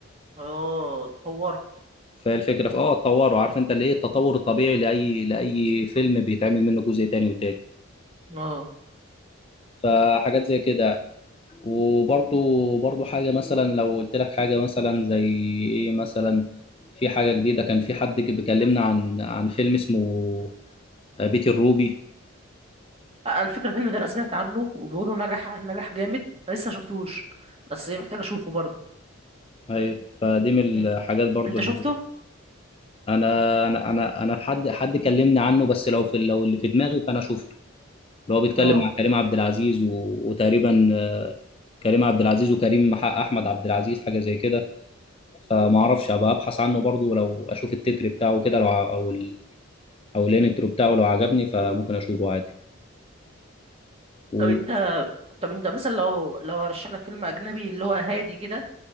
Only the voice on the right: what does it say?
اه اتطور
اه
آه، الفكرة الفيلم ده انا سمعت عنه وبيقولوا نجح نجح جامد أنا لسه شفتوش بس محتاج اشوفه برضه
إن-
انت
شفته؟
اه
طب انت طب انت مثلا لو لو هرشح لك فيلم اجنبي اللي هو هادي كده